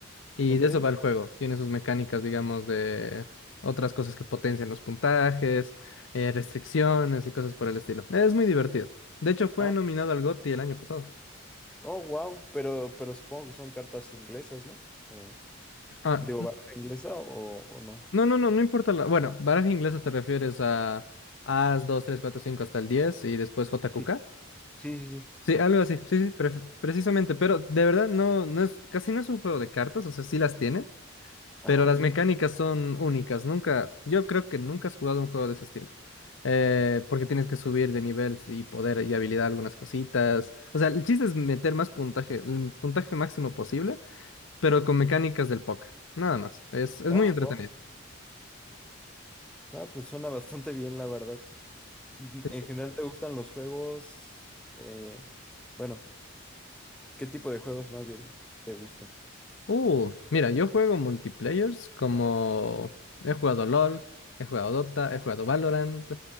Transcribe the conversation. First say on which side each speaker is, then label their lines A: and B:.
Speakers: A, on the left; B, in the centre.
A: y
B: ¿Ok?
A: de eso va el juego. Tiene sus mecánicas, digamos, de otras cosas que potencian los puntajes, eh, restricciones y cosas por el estilo. Es muy divertido. De hecho, fue
B: Ah,
A: nominado al GOTY el año pasado.
B: oh, wow. Pero, pero supongo que son cartas inglesas, ¿no? O-
A: Ah.
B: digo, barra inglesa o, o no.
A: No, no, no, no importa la. Bueno, baraja inglesa te refieres a As, 2, 3, 4, 5, hasta el 10 y después J, Q,
B: Sí,
A: K.
B: sí, sí. sí.
A: Sí, algo así, sí, sí, pre- precisamente, pero de verdad no, no es, casi no es un juego de cartas, o sea, sí las tiene,
B: Ah,
A: pero
B: ok.
A: las mecánicas son únicas, nunca, yo creo que nunca has jugado un juego de ese estilo, eh, porque tienes que subir de nivel y poder y habilidad algunas cositas, o sea, el chiste es meter más puntaje, el puntaje máximo posible, pero con mecánicas del póker, nada más, es, es
B: Ah,
A: muy entretenido.
B: wow. Ah, pues suena bastante bien, la verdad. Mm,
A: Sí,
B: En
A: sí.
B: general, ¿te gustan los juegos? Eh, bueno, ¿qué tipo de juegos más bien te gustan?
A: Uh, mira, yo juego multiplayers como he jugado LOL, he jugado Dota, he jugado Valorant,